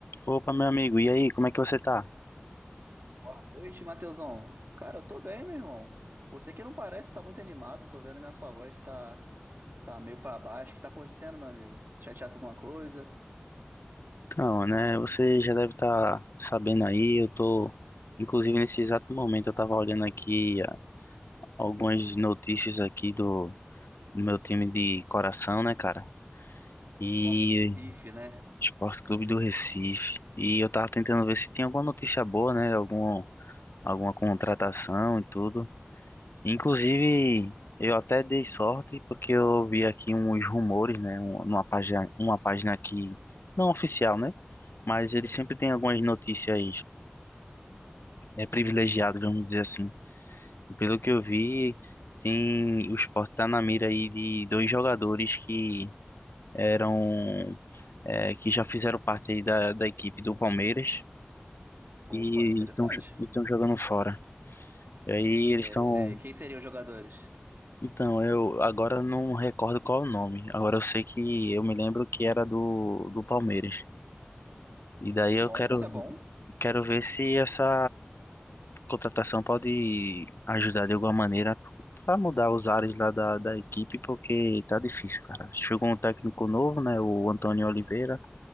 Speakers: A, on the left; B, on the right.
A: Opa, meu amigo, e aí, como é que você tá?
B: Boa noite, Matheusão. Cara, eu tô bem, meu irmão. Você que não parece tá muito animado, tô vendo aí na sua voz, tá, tá meio pra baixo. O que tá acontecendo, meu amigo? Tá Chateado com alguma coisa?
A: Então, né, você já deve estar sabendo aí, eu tô, inclusive nesse exato momento, eu tava olhando aqui ah, algumas notícias aqui do, do meu time de coração, né, cara? E
B: Forte Recife, né?
A: Esporte Clube do Recife. E eu tava tentando ver se tinha alguma notícia boa, né, algum, alguma contratação e tudo. Inclusive, eu até dei sorte porque eu vi aqui uns rumores, né? um- Numa página, uma página que não oficial, né? Mas ele sempre tem algumas notícias é, privilegiadas, vamos dizer assim. E pelo que eu vi, tem o Sport tá na mira aí de dois jogadores que eram é, que já fizeram parte aí da, da equipe do Palmeiras e
B: Opa, interessante.
A: estão jogando fora. E aí eles
B: Esse,
A: estão
B: quem seriam os jogadores?
A: Então, eu agora não recordo qual é o nome. Agora eu sei que eu me lembro que era do, do Palmeiras. E daí
B: Bom,
A: eu quero,
B: isso é bom.
A: quero ver se essa contratação pode ajudar de alguma maneira para mudar os ares lá da, da equipe, porque tá difícil, cara. Chegou um técnico novo, né, o Antônio Oliveira,